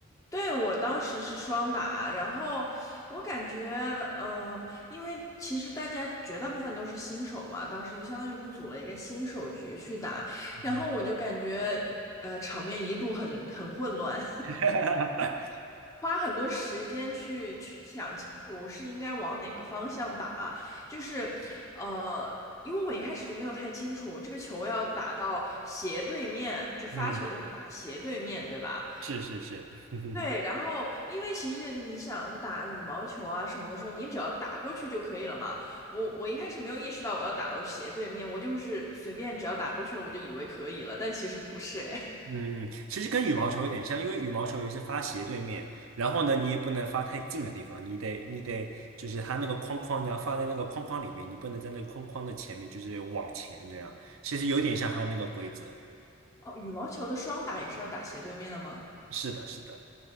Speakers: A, on the left; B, on the right.
A: 对，我当时是双打，然后我感觉，嗯、因为其实大家绝大部分都是新手嘛，当时就相当于是组了一个新手局去打，
B: 嗯，
A: 然后我就感觉，呃，场面一度很很混乱，
B: <laughs>
A: <laughs> 花很多时间去去想清楚是应该往哪个方向打，就是，呃，因为我一开始就没有太清楚这个球要打到斜对面，就是发球的时候打斜对面，
B: 嗯，
A: 对吧？
B: 是是是，<laughs>
A: 对，然后因为其实你想打羽毛球啊什么的时候，你只要打过去就可以了嘛。我我一开始没有意识到我要打到斜对面，我就是随便只要打过去了，我就以为可以了，但其实不是哎。
B: 嗯，其实跟羽毛球有点像，因为羽毛球也是发斜对面，然后呢，你也不能发太近的地方，你得你得就是它那个框框，你要放在那个框框里面，你不能在那个框框的前面，就是往前这样。其实有点像它那个规则。
A: <laughs> 哦，羽毛球的双打也是要打斜对面的吗？
B: 是的，是的。